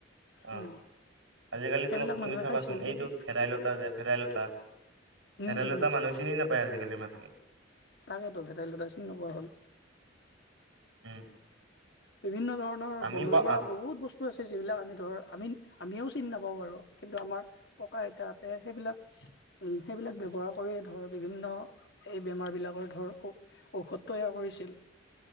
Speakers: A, on the right (about 85°); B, on the left (about 55°).
A: অ'।
B: উম
A: আজিকালি
B: সেইবিলাক
A: তম-তুমি
B: মানুহে
A: চাবাচোন
B: খাইছিল
A: এইটো
B: কিন্তু
A: ভেদাইলতা যে ভেদাইলতা ভেদাইলতা
B: উম উম
A: মানুহ চিনি নাপায় আজিকালি মানুহে।
B: তাকেইেতো ভেদাইলতাই চিন নোপোৱা হ'ল।
A: উম।
B: বিভিন্ন ধৰণৰ
A: আমি
B: বনৰীয়া
A: পা
B: বহুত বস্তু আছে যিবিলাক আমি ধৰ আমি আমিও চিনি নাপাওঁ বাৰু। কিন্তু আমাৰ ককা আইতাহঁতে সেইবিলাক
A: উ
B: সেইবিলাক ব্যৱহাৰ কৰিয়েই ধৰ বিভিন্ন এই বেমাৰবিলাকৰ ধৰ ঔষধ তৈয়াৰ কৰিছিল।